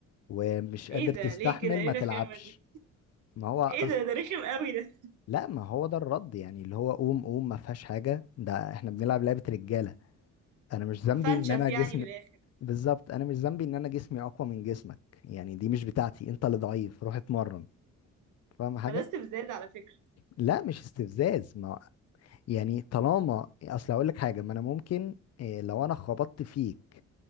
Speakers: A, on the left (about 55°); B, on the right (about 80°).
A: ومش
B: <laughs> ايه
A: قادر
B: ده
A: تستحمل
B: ليه كده ايه
A: ما
B: الرخامة
A: تلعبش
B: دي
A: ما هو
B: ايه
A: أصل
B: ده ده رخم قوي ده
A: لا ما هو ده الرد يعني اللي هو قوم قوم ما فيهاش حاجة ده احنا بنلعب لعبة رجالة انا مش ذنبي
B: هفنشف
A: ان انا
B: يعني
A: جسمي
B: من الاخر
A: <laughs> بالظبط انا مش ذنبي ان انا جسمي اقوى من جسمك يعني دي مش بتاعتي انت اللي ضعيف روح اتمرن فاهم حاجة
B: بلاست بزيادة على فكرة
A: لا مش استفزاز ما يعني طالما اصل هقول لك حاجة ما انا ممكن إيه، لو انا خبطت فيك